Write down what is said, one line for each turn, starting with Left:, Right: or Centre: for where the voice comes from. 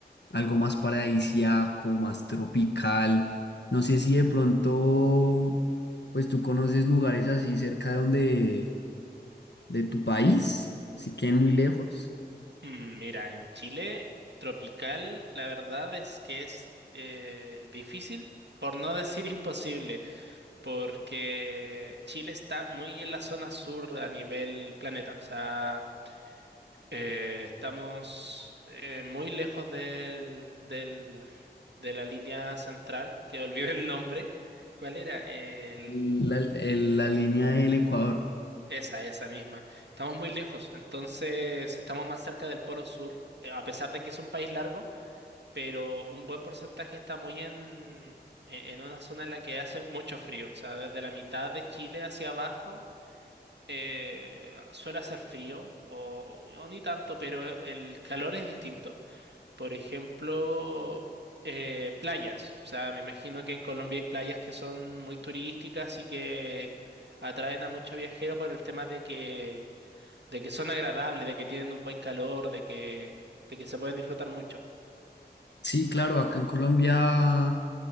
Left: algo más paradisiaco, más tropical. No sé si de pronto, pues tú conoces lugares así cerca de donde, de tu país, si queden muy lejos,
Right: Mm, Mira, en Chile tropical, la verdad es que es eh, difícil, por no <laughs> decir imposible, porque Chile está muy en la zona sur a nivel planeta. O sea... Eh, estamos eh, muy lejos del, del- de la línea central, que olvidé el nombre. ¿Cuál era? El,
Left: la, el- la línea del Ecuador.
Right: esa, esa misma. Estamos muy lejos, entonces estamos más cerca del Polo Sur, eh, a pesar de que es un país largo, pero un buen porcentaje está muy en, en en una zona en la que hace mucho frío, o sea, desde la mitad de Chile hacia abajo eh, suele hacer frío, o, o ni tanto, pero el calor es distinto. Por ejemplo, eh, playas. O sea, me imagino que en Colombia hay playas que son muy turísticas y que atraen a muchos viajeros por el tema de que, de que son agradables, de que tienen un buen calor, de que, de que se pueden disfrutar mucho.
Left: Sí, claro, acá en Colombia,